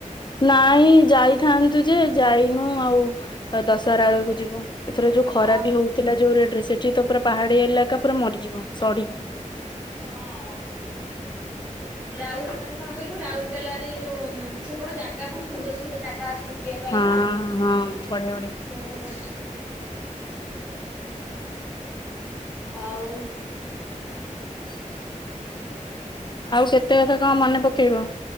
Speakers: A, on the left; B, in the centre.
A: ନାଇଁ ଯାଇଥାନ୍ତୁ ଯେ ଯାଇନୁ ଆଉ ଦଶହରା ବେଳକୁ ଯିବୁ? ଏଥର ଯୋଉ ଖରାପି
B: ହଁ।
A: ହଉଥିଲା ଯୋଉ ରେଟ୍ ରେ ସେଠି ତ ପୁରା ପାହାଡିଆ ଏଇଲାକା ପୁରା ମରିଯିବ ସଢି
B: ହଁ ରାଉଲ୍ ମାନେ କଣ କହିଲୁ ରାଉଲ୍ କେଲାରେ ଯୋଉ ସେପଟ ଜାଗା ବହୁତ୍ ସୁନ୍ଦର ସୁନ୍ଦର ଜାଗା ଅଛି। ବୁଲିବା ପାଇଁ
A: ହଁ
B: ନା।
A: ହଁ ବଢିଆ ବଢିଆ।
B: ହୁଁ ହୁଁ। ଆଉ
A: ? <inaudible> ଆଉ କେତେ କଥା କଣ ମନେ ପକେଇବ